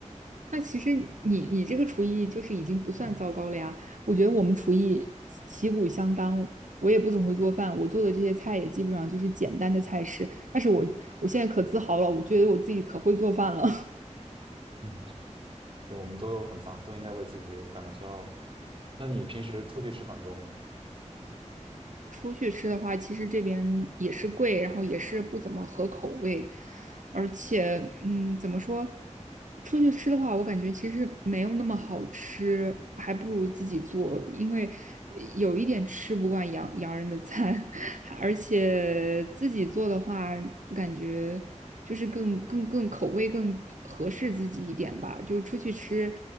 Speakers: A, on the right (about 80°); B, on the right (about 45°).
A: 那其实你你这个厨艺就是已经不算糟糕了呀。我觉得我们厨艺旗鼓相当，我也不怎么会做饭，我做的这些菜也基本上就是简单的菜式。但是我我现在可自豪了，我觉得我自己可会做饭了。
B: 嗯，对我们都很脏，都应该为自己感到骄傲。那你平时出去吃饭多吗？
A: 出去吃的话，其实这边也是贵，然后也是不怎么合口味，而且，嗯，怎么说？出去吃的话，我感觉其实没有那么好吃，还不如自己做，因为有一点吃不惯洋洋人的餐，<laughs> 而且自己做的话，感觉就是更更更口味更合适自己一点吧。就出去吃，